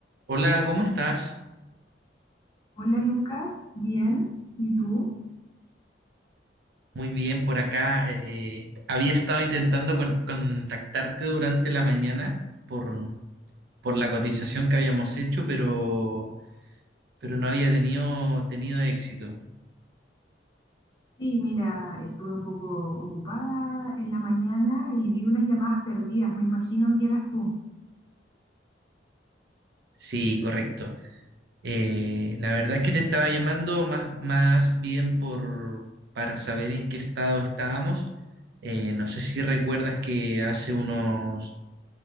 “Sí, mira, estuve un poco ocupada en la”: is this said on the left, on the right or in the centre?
Left